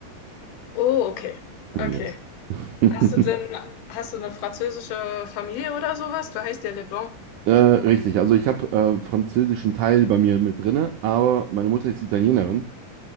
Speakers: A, on the left (about 85°); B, on the right (about 85°).
A: Oh, okay. Okay.
B: Yes. <laughs>
A: Hast du denn hast du eine französische Familie oder sowas? Du heißt ja Leblanc.
B: Äh, richtig, also ich habe äh, französischen Teil bei mir mit drinne, aber meine Mutter ist Italienerin